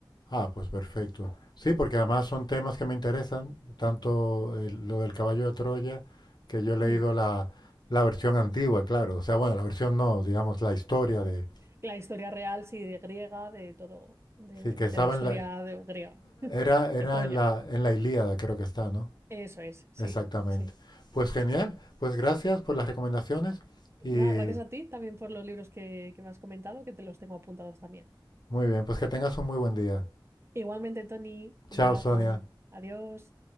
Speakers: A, on the left; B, on the right.
A: Ah, pues perfecto. Sí, porque además son temas que me interesan, tanto el- lo del caballo de Troya, que yo he leído
B: Mm.
A: la, la versión antigua, claro. O sea, bueno, la versión no, digamos, la historia de...
B: La historia real, sí, de griega, de todo, de,
A: Sí, que
B: de
A: estaba
B: la historia
A: en la...
B: de, griega,
A: Era, era
B: de Troya.
A: en la, en la Ilíada, creo que está, ¿no?
B: Eso es, sí,
A: Exactamente.
B: sí.
A: Pues genial, pues gracias por las recomendaciones y
B: Nada, gracias a ti también por los libros que, que me has comentado, que te los tengo apuntados también.
A: Muy bien, pues que tengas un muy buen día.
B: Igualmente, Tony,
A: Chao,
B: un abrazo.
A: Sonia.
B: Adiós.